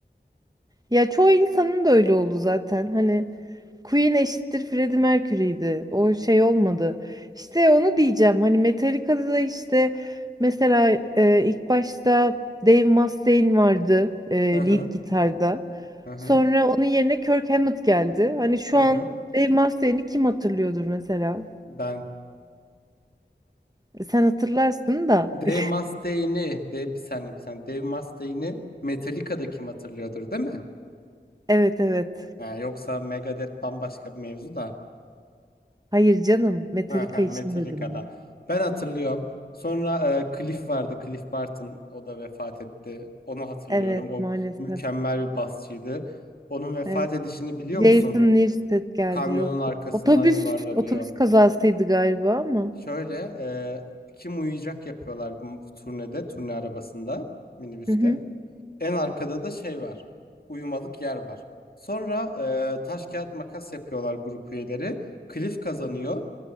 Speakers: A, on the right; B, on the left.
A: Ya çoğu insanın da öyle oldu zaten. Hani Queen eşittir Freddie Mercury'ydi. O şey olmadı. İşte onu diyeceğim. Hani Metallica'da da işte mesela e, ilk başta Dave Mustaine vardı e,
B: Hı hı,
A: lead gitarda.
B: hı hı,
A: Sonra onun yerine Kirk Hammett geldi. Hani şu
B: hı hı.
A: an Dave Mustaine'i kim hatırlıyordur mesela?
B: Ben
A: E, Sen hatırlarsın da.
B: Dave
A: E,
B: Mustaine'i, Dave bir saniye bir saniye. Dave Mustaine'i Metallica'da kim hatırlıyordur değil mi?
A: Evet evet.
B: Ha, yoksa Megadeth bambaşka bir mevzu da.
A: Hayır canım. Metallica
B: Ha, ha,
A: için
B: Metallica'da.
A: dedim ben.
B: Ben hatırlıyorum. Sonra e, Cliff vardı. Cliff Barton. O da vefat etti. Onu hatırlıyorum.
A: Evet
B: O
A: maalesef.
B: mükemmel bir basçıydı. Onun vefat
A: Evet.
B: edişini biliyor
A: Jason
B: musun?
A: Newsted geldi
B: Kamyonun
A: yok.
B: arkasından
A: Otobüs
B: yuvarlanıyor.
A: otobüs kazasıydı galiba ama.
B: Şöyle e, kim uyuyacak yapıyorlar bu turnede. Turne arabasında. Minibüste.
A: Hı hı.
B: En arkada da şey var. Uyumalık yer var. Sonra e, taş kağıt makas yapıyorlar grup üyeleri. Cliff kazanıyor.